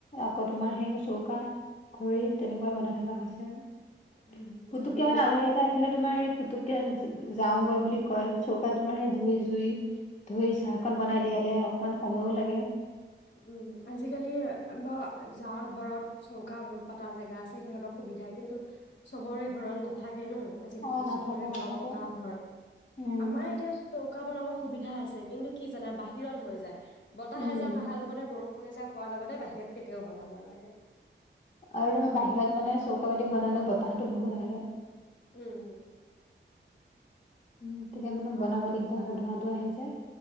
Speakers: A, on the left (about 35°); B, on the left (about 65°).
A: আপ। ক টোমাৰ সেই চৌকা। খৰি তেনেকুৱা বনাই থকা হৈছে আৰু।
B: উম,
A: পুতুকেই
B: আজিকালি
A: মানে আলহী এটা আহিলে। তোমাৰ পুতুকে যাওঁগৈ বুলি কয় চৌকাত তোমাৰ স ধই জুই। ধুই চাহকণ
B: অ'।
A: বনাই দিয়ালে। অকমান সময়ো লাগে।
B: উম', আজিকালি বাৰ যা ঘৰত চৌকা পাতা জেগা আছে সিহঁতক সুবিধাই কিন্তু চবৰে ঘৰত নাথাকে। জানো আজিকালি
A: অ নাথাকে
B: চবৰে ঘৰ
A: নাথাকে
B: পকা ঘৰ
A: উম
B: আমাৰ এতিয়া চৌকা বনাব সুবিধা সধা আছে কিন্তু কি জানা বাহিৰত হৈ যায়। বতাহ
A: উম',
B: এজাক অহাৰ লগতে বৰষুণ এজা কোৱাৰ লগতে বাহিৰত কেতিয়াওবনাব নোৱাৰে।
A: আৰু তুমি বাহিৰত মানে চৌকা পাতি বনালে বতাহটো বহুত আহে।
B: উম', - উ',
A: উম ', তেতিয়া মানে বনাব দিগদাৰ হয়। ধোৱা - ধোৱা আহে যে।